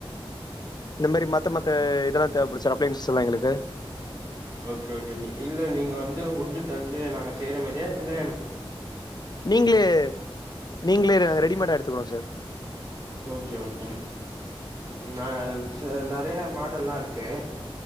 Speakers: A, on the left; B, on the right.
A: இந்த மாரி மத்த மத்த இதெல்லா தேவைப்பட்டுச்சுனா அப்ளையன்ஸ்செல்லா எங்களுக்கு
B: ஓகே ஓகே நீ இல்ல நீங்க வந்து உட்டு தந்து நாங்க செய்ற மாதிரியா இல்ல
A: நீங்ளே நீங்ளே ரெடிமேடா எடுத்துக்கோங்க சார்
B: ஓகே ஓகே நா செர் நெறைய மாடல்லா இருக்கு